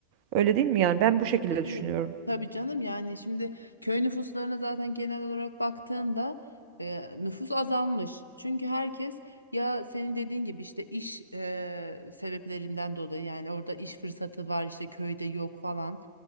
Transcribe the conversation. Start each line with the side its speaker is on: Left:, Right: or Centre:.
Right: Öyle değil mi yani? Ben bu şekilde
Left: Tabii.
Right: düşünüyorum.
Left: Tabii canım yani şimdi köy nüfuslarına zaten genel olarak baktığında e, nüfus azalmış. Çünkü herkes ya senin dediğin gibi işte iş e, sebeplerinden dolayı yani orada iş fırsatı var işte köyde yok falan.